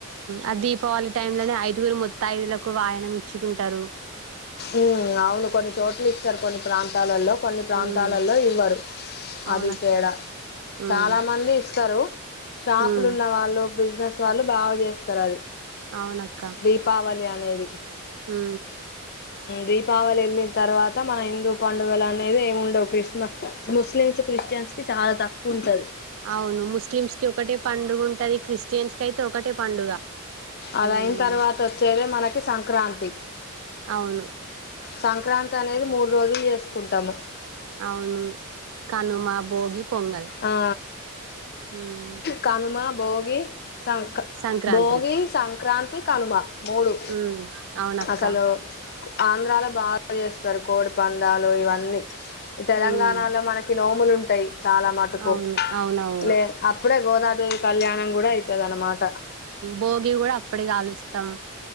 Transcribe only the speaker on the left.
ఉ అవును కొన్ని చోట్ల ఇస్తారు కొన్ని ప్రాంతాలలో కొన్ని ప్రాంతాలలో
ఇవ్వరు
అది తేడా
చాలా మంది ఇస్తారు షాపులు
ఉన్న వాళ్ళు బిజినెస్ వాళ్ళు బాగ చేస్తారు అది
దీపావళి అ నేది
దీపావళి వెళ్ళిన తర్వాత మన హిందూ పండుగలు అనేది ఏ ఉండవు క్రిస్మస్ ముస్ ముస్లిమ్స్ క్రిస్టియన్స్ కి చాలా తక్కువ ఉంటుంది
అదయిన
తర్వాత వచ్చేదే మనకి సంక్రాంతి
సంక్రాంతి అనేది మూడు రోజులు చేసుకుంటాము
ఆ
కనుమా భోగి సంక
భోగి సంక్రాంతి కనుమ మూడు
అసలు ఆంధ్రాలో బాగా చేస్తారు కోడి పందాలు ఇవన్నీ ఈ తెలంగాణలో
మనకి నోములు ఉంటాయి చాలా మటుకు
లే అప్పుడే గోదాదేవి కళ్యాణం కూడా అవుతుంది అనమాట